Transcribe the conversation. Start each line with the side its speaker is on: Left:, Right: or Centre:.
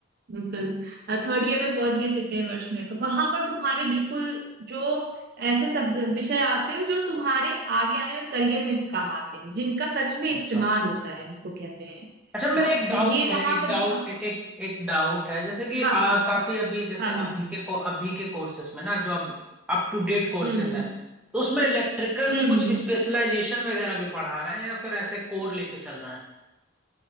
Right: बिल्कुल थर्ड ईयर में पहुंच गए तृतीय वर्ष में तो वहां पर तुम्हारे बिल्कुल जो ऐसे सब विषय आते हैं जो तुम्हारे आगे आने में करियर में भी काम आते हैं जिनका सच में इस्तेमाल
Centre: अच्छा
Right: होता है जिसको कहते हैं
Centre: अच्छा मेरा
Right: हाँ
Centre: एक डाउट
Right: तो ये
Centre: है
Right: वहां
Centre: एक
Right: पर
Centre: डाउट
Right: तुम
Centre: एक एक डाउट है जैसे कि
Right: हाँ
Centre: आ,
Right: हाँ
Centre: काफी अभी जैसे
Right: हाँ हाँ हाँ
Centre: अभी के को अभी के कोर्सेस में ना जो अब अप टू डेट कोर्सेस
Right: हम्म हम्म
Centre: हैं तो उसमें इलेक्ट्रिकल
Right: हम्म
Centre: में कुछ
Right: हम्म
Centre: स्पेशलाइजेशन वगैरह भी पढ़ा रहे हैं या फिर ऐसे कोर लेके चल रहे हैं